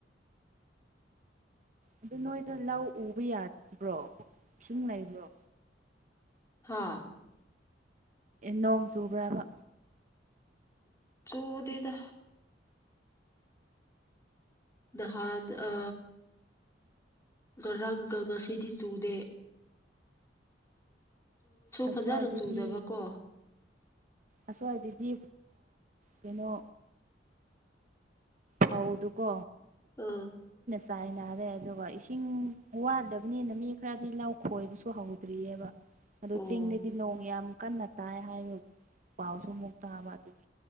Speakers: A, on the right (about 45°); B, on the left (about 15°).
A: ꯑꯗꯨ ꯅꯣꯏꯗ ꯂꯧ ꯎꯕ ꯌꯥꯕ꯭ꯔꯣ ꯏꯁꯤꯡ ꯂꯩꯕ꯭ꯔꯣ
B: ꯍꯥꯥ
A: ꯅꯣꯡ ꯆꯨꯕ꯭ꯔꯕ
B: ꯆꯨꯗꯗ ꯗꯍꯥꯟ ꯑ ꯔꯒꯒꯁꯤ ꯁꯗꯦ
A: ꯑꯁ꯭ꯋꯥꯏꯗꯗꯤ
B: ꯐꯖꯅ ꯆꯨꯗꯕꯀꯣ
A: ꯑꯁꯋꯥꯏꯗꯗꯤ ꯀꯩꯅꯣ ꯍꯥꯎꯗꯨꯀꯣ
B: ꯑꯥ
A: ꯆꯥꯏ ꯅꯥꯔꯦ ꯑꯗꯨꯒ ꯏꯁꯤꯡ ꯋꯥꯗꯕꯅꯤꯅ ꯃꯤ ꯈꯔꯗꯤ ꯂꯧ ꯈꯣꯏꯕꯁꯨ ꯍꯧꯗ꯭ꯔꯤꯑꯕ ꯑꯗꯨ
B: ꯑꯣ
A: ꯆꯤꯡꯗꯗꯤ ꯅꯣꯡ ꯌꯥꯝ ꯀꯟꯅ ꯇꯥꯏ ꯍꯥꯏꯌꯨ ꯄꯥꯎꯁꯨ ꯑꯃꯨꯛ ꯇꯥꯕ ꯑꯗꯨꯒꯤ